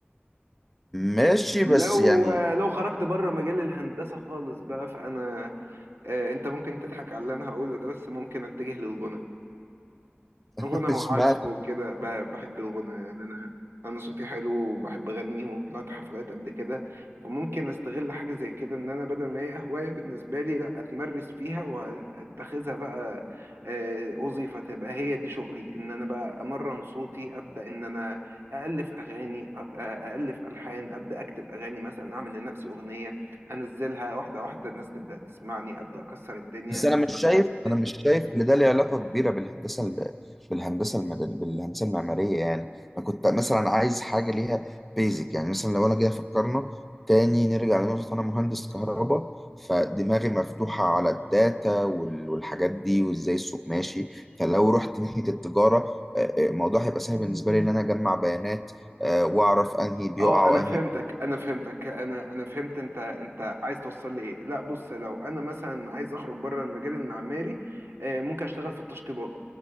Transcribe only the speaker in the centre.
ماشي
بس يعني
<laughs>
اشمعنى
بس
انا مش شايف
انا مش شايف ان ده ليه علاقه كبيره بالهندسه ال- بالهندسه المدنيه بالهندسه المعماريه يعني انا كنت مثلا عايز حاجه ليها بيزك يعني مثلا لو انا جاي فكرنا تاني نرجع لنقطه انا مهندس كهرباء فدماغي مفتوحه على الداتا وال- والحاجات دي وازاي السوق ماشي فلو رحت ناحيه التجاره آه، آه، الموضوع هيبقى سهل بالنسبه لي ان انا اجمع بيانات آه، واعرف انهي بيقع
وانهي